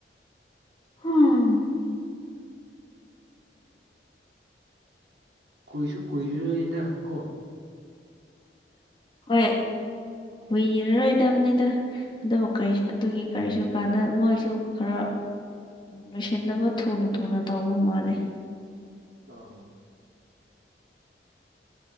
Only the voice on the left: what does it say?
<unintelligible>
ꯍꯣꯏ ꯀꯨꯏꯔꯔꯣꯏꯗꯕꯅꯤꯗ꯫ ꯑꯗꯨꯕꯨ ꯀꯔꯤ ꯑꯗꯨꯒꯤ ꯀꯔꯤꯁꯨ ꯀꯥꯟꯗ ꯃꯣꯏꯁꯨ ꯈꯔ꫰꫰ ꯂꯣꯏꯁꯤꯟꯅꯕꯥ ꯊꯨꯅ ꯊꯨꯅ ꯇꯧꯕ ꯃꯥꯜꯂꯦ꯫